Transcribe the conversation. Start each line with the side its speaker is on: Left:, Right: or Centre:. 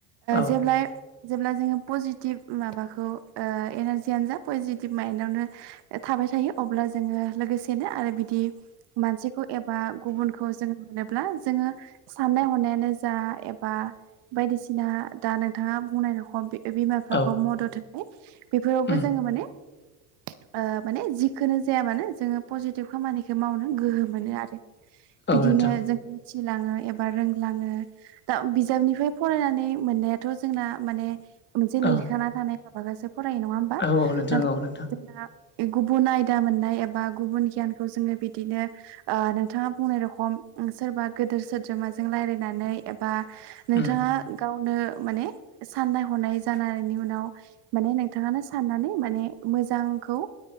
Left: औ
Right: जेब्ला जेब्ला जोङो पजिटिभ माबाखौ एनारजियानो जा पजिटिभ माइन्दआवनो थाबाय थायो। अब्ला जोङो लोगोसेनो आरो बिदि मानसिखौ एबा गुबुनखौ जोङो मोनोब्ला जोङो साननाय हनायानो जा एबा बायदिसिना दा नोंथाङा बुंनाय रखम बिमा बिफाखौ
Left: औ
Right: मदद होनाय बेफोरावबो
Left: उम
Right: जोङो माने <inaudible> माने जिखो जायाबानो जोङो पजिटिभ खामानिखौ मावनो गोहो मोनो आरो। बिदिनो
Left: औ नोंथां
Right: जों मिथिलाङो एबा रोंलाङो दा बिजाबनिफ्राय फरायनानै मोननायाथ' जोंना माने मोनसे लिरखाना
Left: औ
Right: थानाय माबानासो फरायो नङा होमबा।
Left: औ औ नोंथां
Right: नाथाय
Left: औ नोंथां
Right: जोंना गुबुन आयदा मोननाय एबा गुबुन गियानखौ जोङो बिदिनो नोंथाङा बुंनाय रखम सोरबा गोदोर सोद्रोमाजों रायलायनानै एबा नोंथाङा
Left: उम
Right: माने साननाय हनाय जानायनि उनाव माने नोंथाङानो साननानै माने मोजांखौ